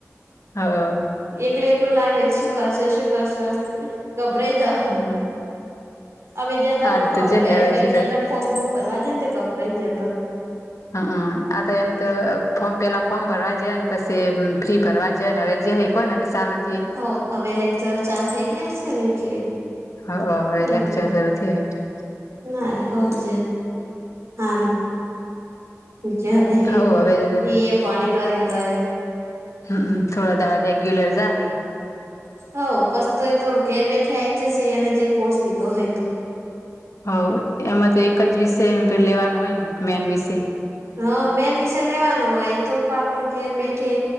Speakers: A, on the left; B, on the right.
A: હા
B: એકલું એકલું લાગે શું કરશે શું કરશે ગભરાઈ જ
A: હમ
B: હમે જતા
A: આજ
B: હ
A: તો જહે
B: પેલું
A: હવે
B: પેલું
A: શું કરશે
B: દાડ ફોર્મ બોમ ભરવા જ ને ગભરાઈ ગીયા તા
A: હા હ આ તો એમ તો ફોર્મ પેલા ફોર્મ ભરવા <unintelligible> પછી ફ્રી ભરવા <unintelligible>
B: હો હવે લેક્ચરો ચાલુ થઈ ગયા છે ને એટલે
A: હા હવે
B: હમ
A: લેક્ચર ચાલુ થયો <unintelligible>
B: ના રે હો જ હારુ નીચે હતી
A: હવ હવે
B: એ એ પાણી કરી તોય
A: હમ થોડા દાડા રેગ્યુલર જા હે
B: હઉ પસ તો એતો ઘેર બેઠે આ આવી જશે એને જે કોર્સ લીધો હોય તો
A: હ એમાં તો એક જ વિષય એમતો લેવાનું હોય ને મેન વિષય
B: હા મેન વિષય લેવાનો હોય એ તો આપડો ઘેર બેઠે